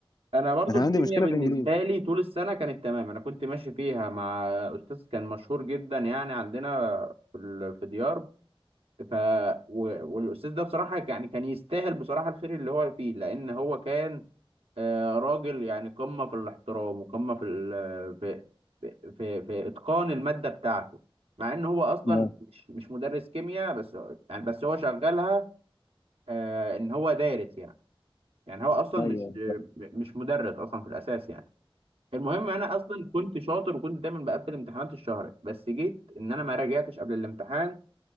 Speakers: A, on the right; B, on the left.
A: انا برضو
B: انا كان
A: الكيمياء
B: عندي مشكله
A: بالنسبه
B: في الانجليزي
A: لي طول السنه كانت تمام انا كنت ماشي فيها مع استاذ كان مشهور جدا يعني عندنا في ال- في ديار ف و- والاستاذ ده بصراحه يعني كان يستاهل بصراحه الخير اللي هو فيه لان هو كان آه، راجل يعني قمه في الاحترام وقمه في ال- في في في في اتقان الماده بتاعته مع ان هو اصلا
B: لا
A: مش مش مدرس كيمياء بس هو- يعني بس هو شغلها آه، ان هو دارس يعني يعني هو اصلا
B: ايوه
A: مش مش مدرس اصلا في الاساس يعني المهم انا اصلا كنت شاطر وكنت دايما بقفل امتحانات الشهر بس جيت ان انا ما راجعتش قبل الامتحان